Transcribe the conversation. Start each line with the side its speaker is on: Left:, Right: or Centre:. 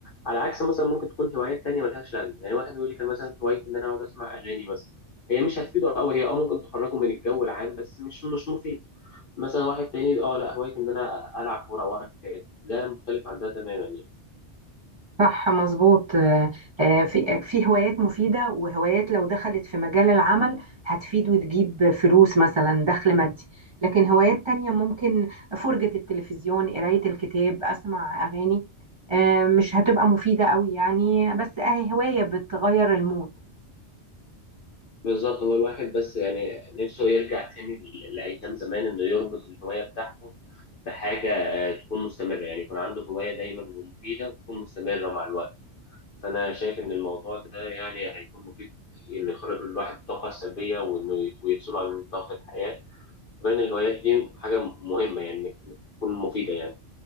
Left: على عكس مثلا ممكن تكون هوايات تانية ملهاش لازمه يعني واحد بيقول لي كان مثلا هوايتي ان انا اقعد اسمع اغاني بس هي مش هتفيده قوي هي اه ممكن تخرجه من الجو العام بس مش مش مفيد مثلا واحد تاني اه لا هوايته ان انا العب كوره واقرا كتاب ده مختلف عن ده تماما يعني
Right: صح مظبوط آه، آه، في آه، في هوايات مفيدة وهوايات لو دخلت في مجال العمل هتفيد وتجيب فلوس مثلا دخل مادي لكن هوايات تانية ممكن فرجة التلفزيون قراية الكتاب أسمع أغاني آه، مش هتبقى مفيدة قوي يعني بس أهي هواية بتغير المود
Left: بالظبط هو الواحد بس يعني نفسه يرجع تاني ل- لايام زمان انه يربط الهوايه بتاعته بحاجه آه، تكون مستمره يعني يكون عنده هوايه دايما ومفيده وتكون مستمره مع الوقت فانا شايف ان الموضوع ده يعني هيكون مفيد انه يخرج الواحد الطاقه السلبيه وانه ي- ويفصله عن ضغط الحياه وبين الهوايات دي حاجه مهمه يعني إنك تكون مفيده يعني